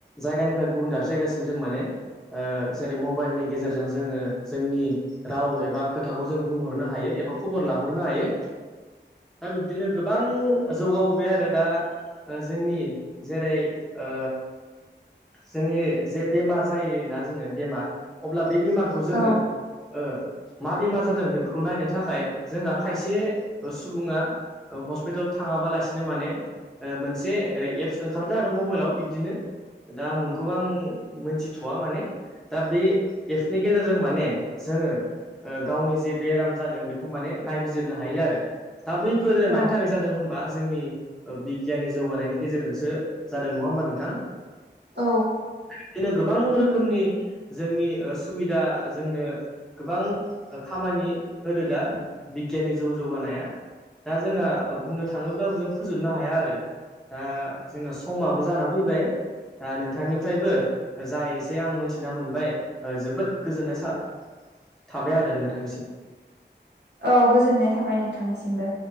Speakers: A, in the centre; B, on the right.
A: जायगानिफ्राय गुबुन दाबसे जायगासिम जों माने ओ जेरै मबाइलनि गेजेरजों जोङो जोंनि राव एबा खोथाखौ जों बुंहरनो हायो एबा खबर लाहरनो हायो। दा बिब्दिनो गोबां जौगाबोबाय आरो दा ओ जोंनि जेरै ओ जोंनि जे बेमार जायोना जोङो बेमार अब्ला बे बेमारखौ जोङो
B: औ
A: ओ मा बेमार जादों बेफोरखौ नायनो थाखाय जोंहा खायसे सुबुङा हस्पिटाल थाङाबालासिनो माने ओ मोनसे एप्स ओंखारदो आरो मबाइलाव बिब्दिनो दा मुंखौ आं मोनथिथ'वा माने दा बे एप्सनि गेजेरजों माने जोङो ओ गावनि जे बेराम जादों बेखौ माने नायबिजिरनो हायो आरो। दा बैफोरो
B: औ
A: मानि थाखाय जादों होनबा जोंनि ओ बिब गियाननि जौगानायनि गेजेरजोंसो जादों नङा होमबा नोंथां
B: औ
A: बिदिनो गोबां रोखोमनि जोंनि ओ सुबिदा जोंनो गोबां खामानि होदो दा बिगियाननि जौ जौगानाया दा जोंहा बुंनो थाङोब्लाबो जों फोजोबनो हाया आरो। दा जोंना समाबो जाना फैबाय। दा नोंथांनिफ्रायबो जा एसे आं मोनथिना मोनबाय जोबोद गोजोननाय सा थाबाय आरो नोंथांनिसिम।
B: औ गोजोननाय थाबाय नोंथांनिसिमबो।